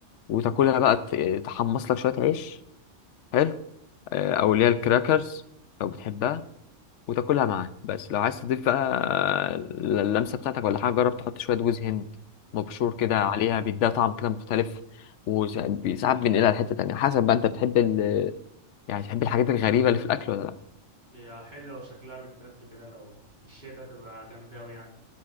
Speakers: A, on the left; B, on the right.
A: وتاكلها بقى ت- تحمص لك شويه عيش حلو إيه، او اللي هي الكراكرز لو بتحبها وتاكلها معاه بس لو عايز تضيف بقى ال- اللمسه بتاعتك ولا حاجه جرب تحط شويه جوز هند مبشور
B: مم.
A: كده عليها بيديها طعم كده مختلف وساعات بينقلها لحته تانية حسب بقى انت بتحب ال يعني بتحب الحاجات الغريبه اللي في الاكل ولا لا
B: هي حلوة وشكلها بتدفي كده لو في الشتاء تبقى جامدة أوي يعني